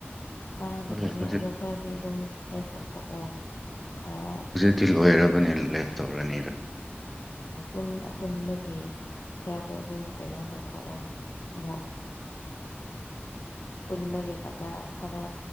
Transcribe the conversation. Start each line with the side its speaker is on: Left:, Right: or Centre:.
Left: ꯀꯥꯟꯅꯗꯕꯅꯦ
Centre: ꯍꯣꯏ ꯍꯧꯖꯤꯛ
Left: ꯑꯗ ꯈꯔꯗꯤ ꯑꯗꯨꯝ ꯂꯦꯐ ꯇꯧꯊꯣꯛꯑꯣ ꯈꯔ
Centre: ꯁꯇꯤꯜ ꯑꯣꯏꯔꯕꯅꯦ ꯂꯦꯞ ꯇꯧꯔꯅꯤꯗ
Left: ꯎ ꯑꯄꯨꯟꯕꯒꯤ ꯈꯔꯗꯣ ꯑꯗꯨꯝ ꯀꯩꯅꯣ ꯇꯧꯊꯣꯔꯛꯑꯣ ꯑꯃꯨꯛ ꯄꯨꯟꯕꯒꯤ ꯈꯛꯇ ꯈꯔ